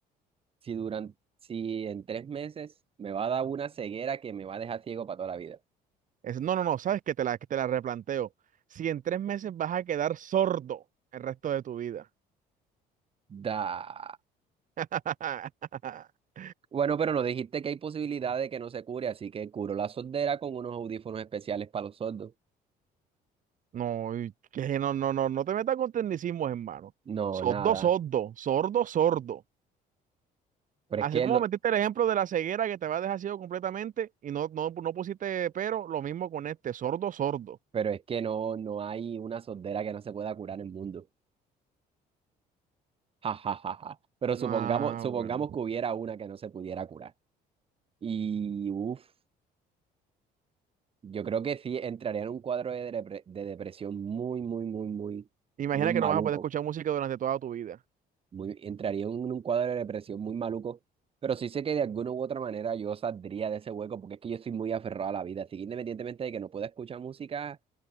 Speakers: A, on the right; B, on the right.
A: si duran, si en tres meses me va a dar una ceguera que me va a dejar ciego para toda la vida.
B: Es, no, no, no, sabes que te la, que te la replanteo. Si en tres meses vas a quedar sordo el resto de tu vida.
A: Da.
B: <laughs>
A: Bueno, pero nos dijiste que hay posibilidad de que no se cure, así que curo la sordera con unos audífonos especiales para los sordos.
B: No, y que no, no, no, no te metas con tecnicismos, hermano.
A: No,
B: Sordo,
A: nada.
B: sordo, sordo, sordo.
A: Pero
B: Así
A: es que
B: como
A: lo-
B: metiste el ejemplo de la ceguera que te va a dejar ciego completamente y no, no, no pusiste pero, lo mismo con este, sordo, sordo.
A: pero es que no, no hay una sordera que no se pueda curar en el mundo. Ja, ja, ja, ja. Pero supongamos,
B: Ah,
A: supongamos
B: bueno.
A: que hubiera una que no se pudiera curar. Y uff. Yo creo que sí entraría en un cuadro de, depre- de depresión muy, muy, muy, muy,
B: Imagina
A: muy maluco.
B: que no vas a poder escuchar música durante toda tu vida.
A: Muy, entraría en un cuadro de depresión muy maluco. Pero sí sé que de alguna u otra manera yo saldría de ese hueco porque es que yo soy muy aferrado a la vida. Así que independientemente de que no pueda escuchar música,